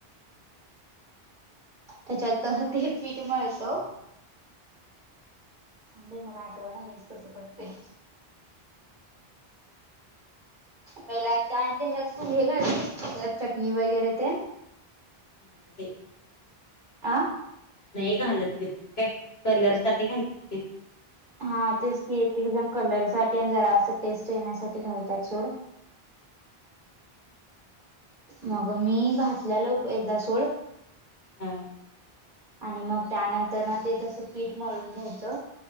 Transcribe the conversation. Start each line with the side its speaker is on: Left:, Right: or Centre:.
Right: त्याच्यात ते पीठ मिळतो. थांब बाई मला आठवा ना मीच कसं करते. पहिला आणि त्याच्यात तू हे घालतेस त्यात चटणी वगैरे ते
Left: नाही वेच का <unintelligible>
Right: आह.
Left: नाही घालत ग ते काय कलरसाठी घालते ते ‌.
Right: हा तेच की एक, एक जण कलर साठी आणि जरा असं टेस्ट येण्यासाठी घालतात सोड मग मी घातल्यालो एकदा सोड
Left: हां.
Right: आणि मग त्यानंतर ना ते तस फीट मळून घ्यायचं